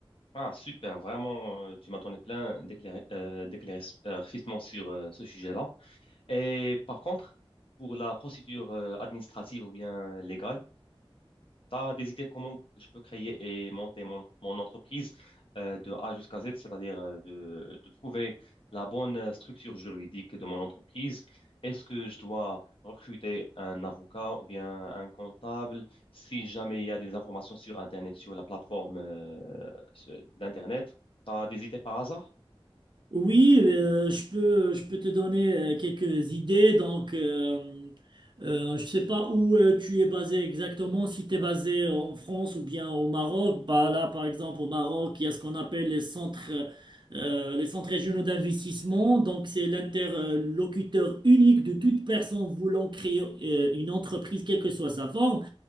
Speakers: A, on the left (about 65°); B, on the right (about 50°).
A: Ah, super. Vraiment, euh, tu m'as donné plein d'éclair- euh, d'éclaircissements sur euh, ce sujet-là. Et par contre, pour la procédure euh, administrative ou bien légale, T'as des idées comment je peux créer et monter mon, mon entreprise euh, de A jusqu'à Z, c'est-à-dire euh, de, de trouver la bonne euh, structure juridique de mon entreprise. Est-ce que je dois recruter un avocat ou bien un comptable? Si jamais il y a des informations sur Internet, sur la plateforme euh, sur- d'Internet, T'as des idées par hasard?
B: Oui, euh, je peux, je peux te donner euh, quelques idées. Donc, euh, euh, je ne sais pas où euh, tu es basé exactement, si tu es basé en France ou bien au Maroc. Bah, là, par exemple, au Maroc, il y a ce qu'on appelle les centres, euh, les centres régionaux d'investissement. Donc, c'est l'interlocuteur unique de toute personne voulant créer euh, une entreprise, quelle que soit sa forme.